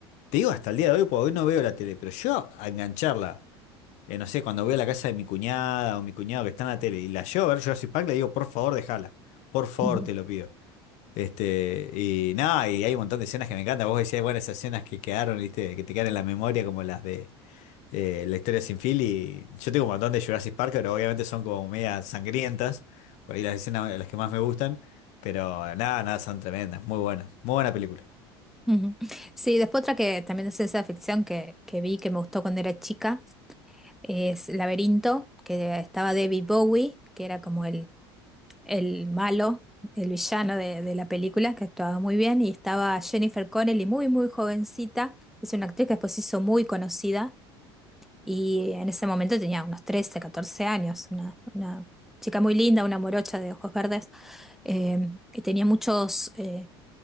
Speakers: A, on the left; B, in the centre.
A: te digo, hasta el día de hoy, porque hoy no veo la tele, pero yo a engancharla eh, no sé, cuando voy a la casa de mi cuñada o mi cuñado que está en la tele y la llevo a ver Jurassic Park, le digo, por favor, déjala. Por favor,
B: Ujú.
A: te lo pido. Este, y nada, y hay un montón de escenas que me encantan. Vos decías, bueno, esas escenas que quedaron, ¿viste? Que te quedan en la memoria, como las de eh, La historia sin fin. Y yo tengo un montón de Jurassic Park, pero obviamente son como media sangrientas. Por ahí las escenas las que más me gustan. Pero nada, nada, son tremendas. Muy buenas. Muy buena película.
B: Ujú. Sí, después otra que también es ciencia ficción que, que vi, que me gustó cuando era chica, es Laberinto, que estaba David Bowie, que era como el el malo, el villano de, de la película, que actuaba muy bien, y estaba Jennifer Connelly, muy, muy jovencita, es una actriz que después se hizo muy conocida, y en ese momento tenía unos trece catorce años, una, una chica muy linda, una morocha de ojos verdes, eh, y tenía muchos, eh,